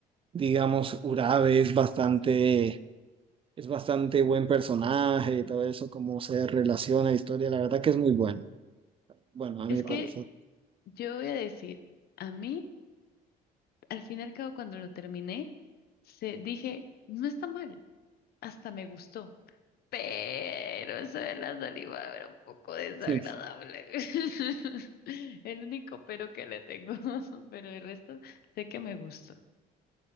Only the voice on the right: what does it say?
digamos, Urabe es bastante, es bastante buen personaje y todo eso, cómo se relaciona la historia, la verdad que es muy bueno. Bueno, a
mí me parece.
Sí.